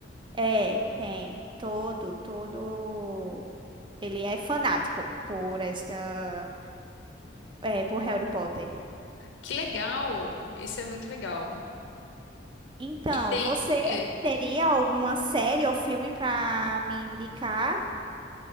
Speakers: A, on the right; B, on the left.
A: É, tem todo, todo. Ele é fanático por esta, é, por Harry Potter.
B: Que legal! Isso é muito legal.
A: Então,
B: E tem.
A: você
B: É,
A: teria alguma série ou filme para me indicar?